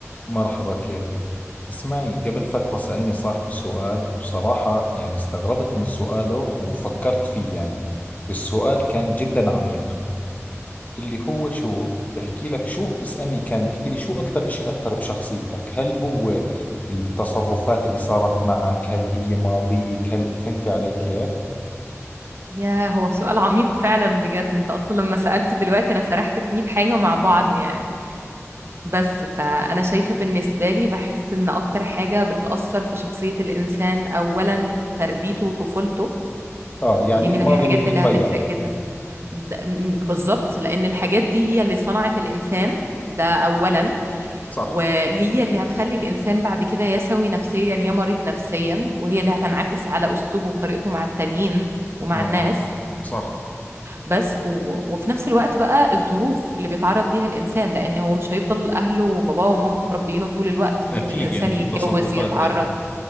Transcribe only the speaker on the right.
يا هو سؤال عميق فعلا بجد انت اصلا لما سألته دلوقتي انا سرحت في 100 حاجة مع بعض يعني بس فانا شايفة بالنسبة لي بحس ان اكتر حاجة بتأثر في شخصية الانسان اولا تربيته وطفولته
دي من
الحاجات
اللي هتفرق جدا ده- م- بالظبط لان الحاجات دي هي اللي صنعت الانسان ده اولا
وهي اللي هتخلي الإنسان بعد كده يا سوي نفسيا يا مريض نفسيا وهي اللي هتنعكس على أسلوبه وطريقته مع التانيين ومع
الناس
بس و... وفي نفس الوقت بقى الظروف اللي بيتعرض ليها الإنسان لأن هو مش هيفضل أهله وباباه ومامته مربيينه طول الوقت ممكن
الإنسان
يتجوز
يتعرض